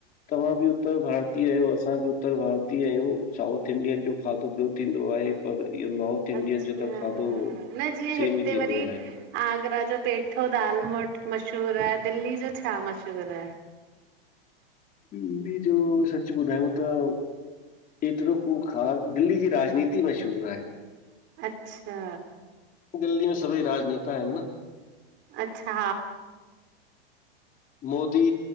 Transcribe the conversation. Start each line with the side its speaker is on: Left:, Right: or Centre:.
Left: तव्हां बि त भारतीय आहियो। असां बि त भारती आहियूं। साउथ इंडियन जो खाधो ॿियो थींदो आहे। पर इहो नॉर्थ
Right: अच्छा
Left: इंडियन जो त खाधो,
Right: न जीअं
Left: सेम
Right: हिते
Left: ई थींदो
Right: वरी
Left: आहे।
Right: आगरा जो पेठो, दालमोट मशहूरु आहे। दिल्ली जो छा मशहूरु आहे?
Left: निं डी जो सच ॿुधायांव त <unintelligible> एतिरो को ख़ासि, दिल्ली जी राजनीति मशहूर आहे।
Right: अच्छा।
Left: दिल्लीअ सभई राजनेता आहिनि न।
Right: अच्छा।
Left: मोदी,